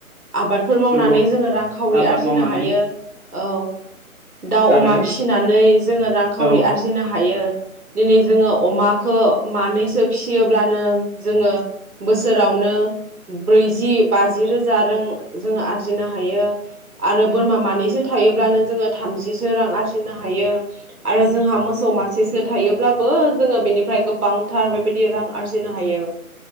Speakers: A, on the right (about 85°); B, on the right (about 50°).
A: आबादफोर मावनानै
B: नंगौ
A: जोङो रांखावरि
B: आबाद
A: आरजिनो
B: मावनानै
A: हायो। औ दाउ
B: आरो
A: अमा फिसिनानै जोङो रांखावरि
B: औ
A: आरजिनो हायो। दिनै जोङो अमाखौ मानैसो फियोब्लानो जोङो बोसोरावनो ब्रैजि बाजि रोजा रां जोङो आरजिनो हायो आरो बोरमा मानैसो थायोब्लानो जोङो थामजिसो रां आरजिनो हायो आरो जोंहा मोसौ मासेसो थायोब्लाबो जोङो बेनिफ्राय गोबांथार बे दि रां आरजिनो हायो